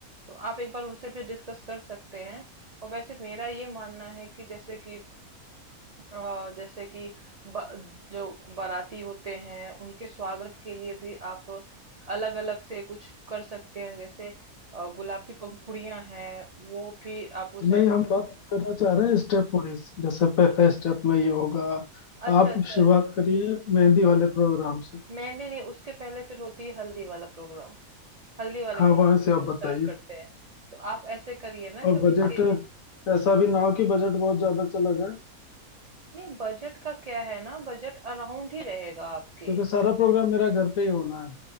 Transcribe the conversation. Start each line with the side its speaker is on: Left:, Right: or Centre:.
Right: तो आप एक बार उनसे भी डिस्कस कर सकते हैं और वैसे मेरा ये मानना है कि जैसे कि अ, जैसे कि ब, जो बाराती होते हैं उनके स्वागत के लिए भी आप अलग अलग से कुछ कर सकते हैं जैसे अ, गुलाब की पंखुड़ियां हैं वो भी आप उसे
Left: नहीं हम बात करना चाह रहे हैं स्टेप वाइज जैसे पहले स्टेप में ये होगा
Right: अच्छा
Left: आप
Right: अच्छा
Left: शुरुआत करिए मेहंदी वाले प्रोग्राम से
Right: मेहंदी नहीं उसके पहले फिर होती है हल्दी वाला प्रोग्राम हल्दी वाले
Left: हाँ
Right: प्रोग्राम
Left: वहां
Right: से
Left: से आप
Right: फिर
Left: बताइए
Right: स्टार्ट करते हैं तो आप ऐसे करिए ना
Left: और
Right: कि उसके
Left: बजट
Right: लिए
Left: ऐसा भी ना हो कि बजट बहुत ज्यादा चला जाए
Right: नहीं बजट का क्या है ना बजट अराउंड ही रहेगा आपके
Left: क्योंकि सारा प्रोग्राम मेरा घर पे ही होना है